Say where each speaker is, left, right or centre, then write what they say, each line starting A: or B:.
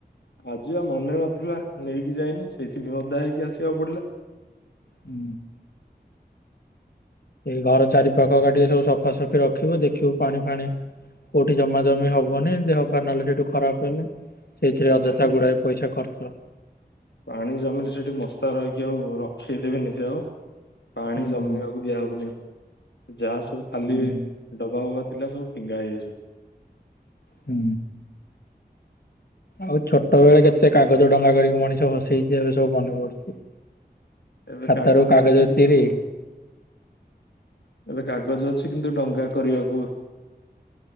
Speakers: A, on the left (about 85°); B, on the left (about 60°).
A: ଆଜି ବା ମନେ ନଥିଲା ନେଇକି ଯାଇନି ସେଇଥିପାଇଁ ଉଦା ହେଇକି ଆସିବାକୁ ପଡିଲା।
B: ହୁଁ। ଏ ଘର ଚାରି ପାଖ କା ଟିକେ ସବୁ ସଫାସଫି ରଖିବୁ ଦେଖିବୁ ପାଣି ଫାଣି କୋଉଠି ଜମା ଜମି ହବନି ଦେହ ପାର ନହେଲେ ସେଇଠୁ ଖରାପ ହେଲେ। ସେଇଥିରେ ଅଯଥା
A: ନାଇଁମ
B: ଗୁଡାଏ ପଇସା ଖର୍ଚ୍ଚ
A: ପାଣି ଜମିିଲ ସେଠି ମଶା ରହିକି ଆଉ ରଖ ରଖେଇ ଦେବେନି ସେ ଆଉ ପାଣି
B: ହୁଁ।
A: ଜମିବାକୁ ଦିଆହବନି ଆଉ। ଯାହା ସବୁ ଖାଲି
B: ହୁଁ
A: ଡବା ହବା ଥିଲା ସବୁ ଫିଙ୍ଗା ହେଇଯାଇଚି।
B: ହୁଁ। ଆଉ ଛୋଟ ବେଳେ କେତେ କାଗଜ ଡଙ୍ଗା କରିକି ମଣିଷ ଭସେଇଛି, ଏବେ ସବୁ ମନେ ପଡୁଛି।
A: ଏବେ
B: ଖାତାରୁ
A: କାଗଜ ଅଛି କିନ୍ତୁ
B: ଚିରି
A: ଏବେ କା କାଗଜ ଅଛି କିନ୍ତୁ ଡଙ୍ଗା କରିବାକୁ